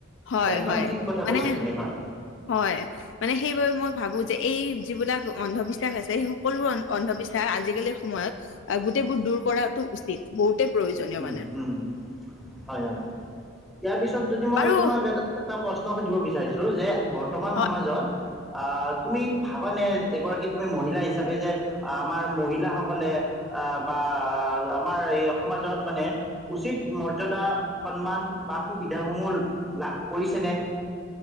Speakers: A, on the left; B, in the centre.
A: হয়
B: একদম
A: হয়
B: ঠিক কথা
A: মানে
B: কৈছা তুমি হয়
A: হয়। মানে সেইবাবে মই ভাবো যে এই যিবিলাক অন্ধবিশ্বাস আছে সেই সকলোবোৰ অন্ধবি শ্বাস আজিকালিৰ সময়ত আহ গোটেইবোৰ দূৰ কৰাটো উচিত বহুতেই প্ৰয়োজনীয়
B: উম
A: মানে।
B: উম হয় হয়, ইয়াৰ পিছত যদি মই
A: বাৰু
B: তোমাক এটা এটা প্ৰশ্ন সুধিব বিচাৰিছো যে বৰ্তমান
A: হয়
B: সমাজত আহ তুমি ভাবানে এগৰাকী তুমি মহিলা হিচাপে যে আমাৰ মহিলাসকলে আ বা আমাৰ এই সমাজত মানে উচিত মৰ্যাদা সন্মান বা সুবিধাসমূহ লাভ কৰিছেনে?